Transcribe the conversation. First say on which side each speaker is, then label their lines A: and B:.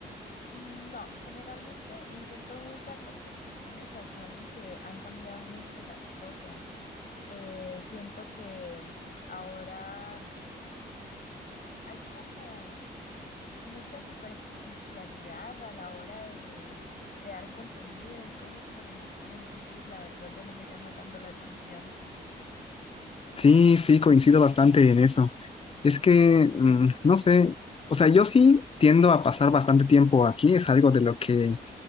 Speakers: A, on the left (about 50°); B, on the left (about 30°).
A: No, generalmente intento no usarlos porque tienes razón en que han cambiado mucho las cosas. Eh, siento que ahora hay como mucha superficialidad a la hora de crear contenido y cosas por el estilo, entonces la verdad ya no me llama tanto la atención.
B: Sí, sí, coincido bastante en eso. Es que, mm, no sé, o sea, yo sí tiendo a pasar bastante tiempo aquí, es algo de lo que